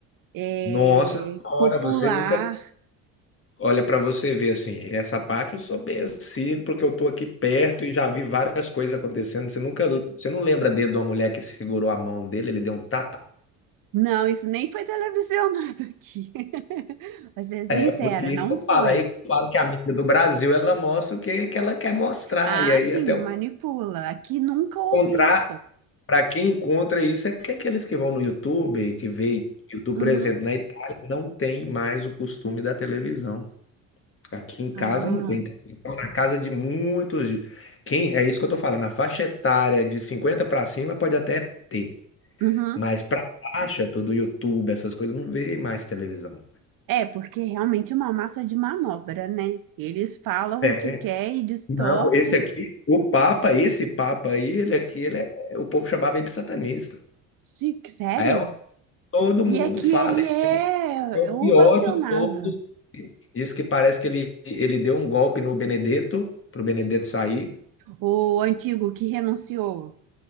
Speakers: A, on the right; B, on the left.
A: é,
B: Nossa senhora,
A: popular.
B: você nunca olha para você ver assim. Essa parte eu sou bem assim, porque eu tô aqui perto e já vi várias coisas acontecendo. Você nunca, você não lembra dele de uma mulher que segurou a mão dele, ele deu um tapa?
A: Não, isso nem foi televisionado aqui. <laughs> Pra ser sincera,
B: É, porque isso
A: não
B: que eu
A: foi.
B: falo. Aí eu falo que a mídia do Brasil ela mostra o que, que ela quer mostrar.
A: Ah,
B: E aí
A: sim,
B: até eu
A: manipula. Aqui nunca houve
B: encontrar,
A: isso.
B: para quem encontra isso, é que aqueles que vão no YouTube, que vê YouTube,
A: Uhum.
B: por exemplo, na Itália não tem mais o costume da televisão. Aqui em casa
A: Ah,
B: não tem televisão. Na casa de muitos. Quem, é isso que eu tô falando. Na faixa etária de 50 para cima pode até ter.
A: uhum.
B: Mas para baixa, tudo YouTube, essas coisas, não vê mais televisão.
A: É, porque realmente é uma massa de manobra, né? Eles falam
B: É.
A: o que quer e distorcem.
B: Não, esse aqui, o Papa, esse Papa aí, ele aqui, ele é, o povo chamava ele de satanista.
A: Sim, sério?
B: Aí eu- todo
A: E
B: mundo
A: é que
B: fala,
A: ele é
B: ele é o
A: ovacionado,
B: pior de todos. Diz que parece que ele, ele deu um golpe no Benedetto, pro Benedetto sair,
A: o antigo que renunciou.